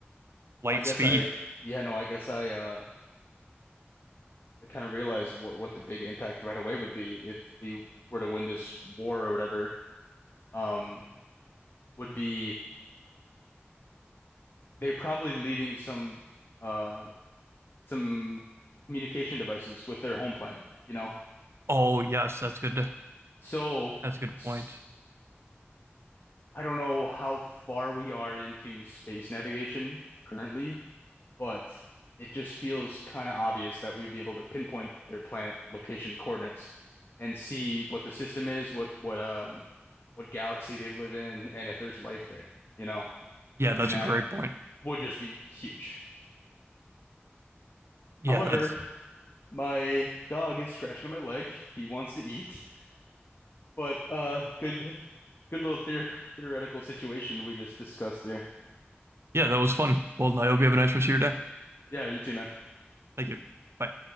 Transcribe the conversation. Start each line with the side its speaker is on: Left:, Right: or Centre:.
Right: light
Left: Well, I guess
Right: speed.
Left: I yeah, no, I guess I uh I kind of realized what what the big impact right away would be if we were to win this war or whatever. Um, would be they're probably leaving some uh some communication devices with their home planet, you know.
Right: Oh yes, that's good.
Left: So
Right: That's a good
Left: s-
Right: point.
Left: I don't know how far we are into space navigation currently but it just feels kind of obvious that we'd be able to pinpoint their planet location coordinates and see what the system is, what what um what galaxy they live in, and if there's life there, you know?
Right: Yeah, that's
Left: And that
Right: a great point.
Left: would just be huge.
Right: Yeah,
Left: However,
Right: that's
Left: my dog is scratching on my leg. He wants to eat, but uh good good little theor theoretical situation we just discussed there.
Right: yeah, that was fun. Well, I hope you have a nice rest of your day.
Left: Yeah, you too, man.
Right: Thank you. Bye.